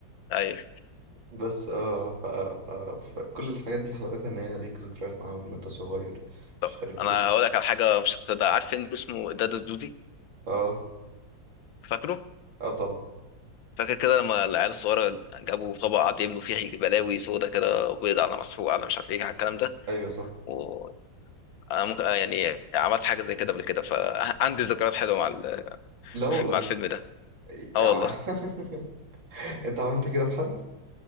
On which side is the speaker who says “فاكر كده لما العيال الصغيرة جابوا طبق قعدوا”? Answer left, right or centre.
Left